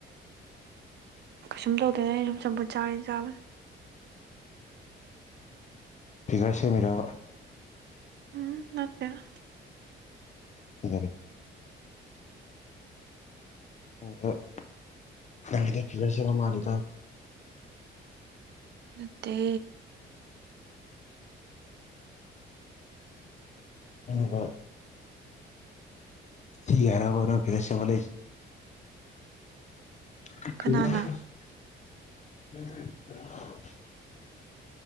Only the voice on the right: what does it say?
ꯎꯝ ꯀꯩꯁꯨꯝ ꯇꯧꯗꯦꯅ ꯑꯩꯅ ꯆꯝꯐꯨꯠ ꯆꯥꯕꯩ ꯆꯥꯕꯅꯦ꯫
ꯎꯝ ꯅꯠꯇꯦꯗ꯫
ꯅꯠꯇꯦ꯫
ꯀꯅꯥꯅ